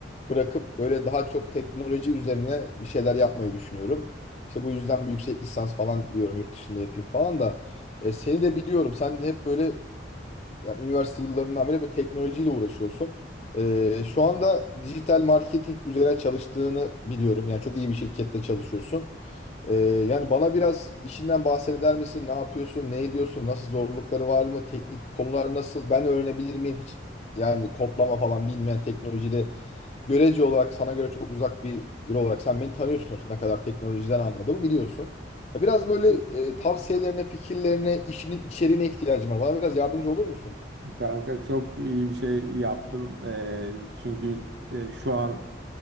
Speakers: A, on the left (about 35°); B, on the right (about 65°).
A: bırakıp böyle daha çok teknoloji üzerine bir şeyler yapmayı düşünüyorum. İşte bu yüzden bir yüksek lisans falan diyorum yurt dışında yapayım falan da. E, seni de biliyorum sen de hep böyle yani üniversite yıllarından beri böyle teknolojiyle uğraşıyorsun. Eee, şu anda dijital marketing üzerine çalıştığını biliyorum. Yani çok iyi bir şirkette çalışıyorsun. Ee, yani bana biraz işinden bahseder misin? Ne yapıyorsun? Ne ediyorsun? Nasıl zorlukları var mı? Teknik konular nasıl? Ben öğrenebilir miyim hiç? Yani kodlama falan bilmeyen teknolojide görece olarak sana göre çok uzak bir yer olarak sen beni tanıyorsun sonuçta. Ne kadar teknolojiden anladığımı biliyorsun. Ya Biraz böyle e, tavsiyelerine, fikirlerine, işinin içeriğine ihtiyacım var. Bana biraz yardımcı olur musun?
B: Kanka çok iyi bir şey yaptın. Ee, çünkü e, şu an